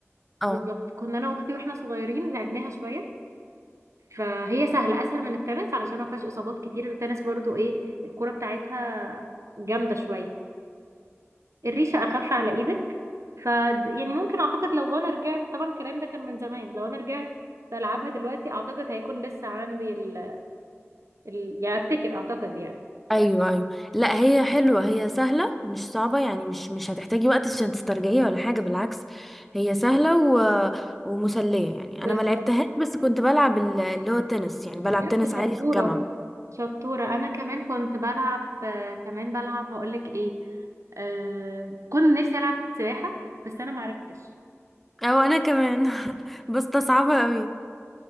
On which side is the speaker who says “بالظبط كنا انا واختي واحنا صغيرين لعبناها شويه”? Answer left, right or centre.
Right